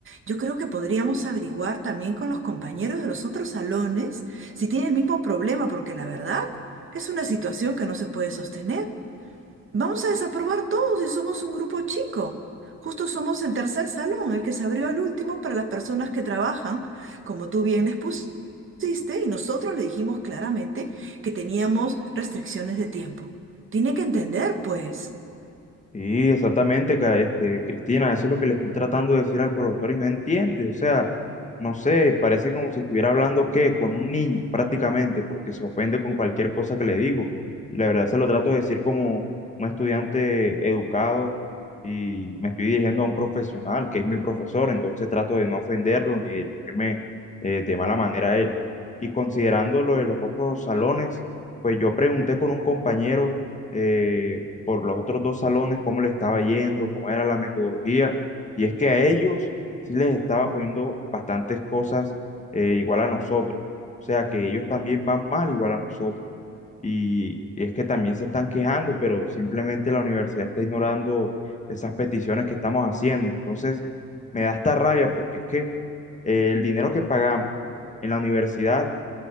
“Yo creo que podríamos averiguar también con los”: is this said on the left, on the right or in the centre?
Right